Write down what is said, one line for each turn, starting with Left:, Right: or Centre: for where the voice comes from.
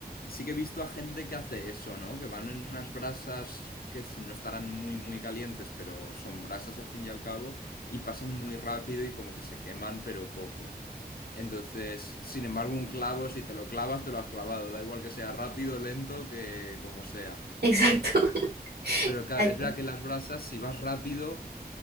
Left: sí que he visto a gente que hace eso, ¿no? Que van en unas brasas que s- no estarán muy, muy calientes, pero son brasas al fin y al cabo, y pasan muy rápido y como que se queman, pero poco. Entonces, sin embargo, un clavo, si te lo clavas, te lo has clavado. Da igual que sea rápido, lento, que como sea.
Right: <laughs> Exacto. <laughs>
Left: Pero claro,
Right: Exacto.
Left: es verdad que las brasas, si vas rápido,